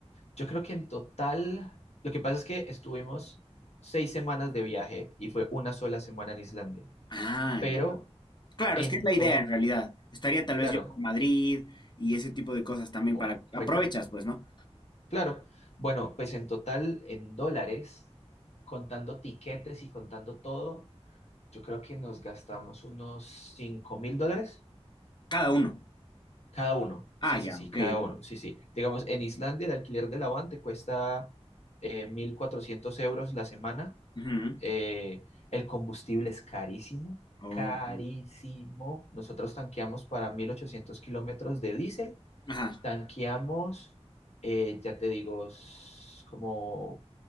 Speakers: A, on the left; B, on the left.
A: Yo creo que en total, lo que pasa es que estuvimos seis semanas de viaje y fue una sola semana en Islandia.
B: Ah,
A: Pero
B: ya. Claro,
A: en
B: es que es la idea
A: total,
B: en realidad. Estaría tal
A: claro,
B: vez yo por Madrid y ese tipo de cosas también
A: oh,
B: para... Aprovechas,
A: rico,
B: pues, ¿no?
A: claro. Bueno, pues en total, en dólares, contando tiquetes y contando todo, yo creo que nos gastamos unos cinco mil dólares
B: Cada uno.
A: cada uno.
B: Ah,
A: Sí,
B: ya,
A: sí, sí,
B: ok,
A: cada
B: ok.
A: uno. Sí, sí. Digamos, en Islandia el alquiler de la van te cuesta eh, 1.400 euros la semana
B: Ujú.
A: Eh, el combustible es carísimo,
B: Ok.
A: carísimo. Nosotros tanqueamos para 1800 kilómetros de diésel.
B: Ajá.
A: Tanqueamos, eh, ya te digo, s- como,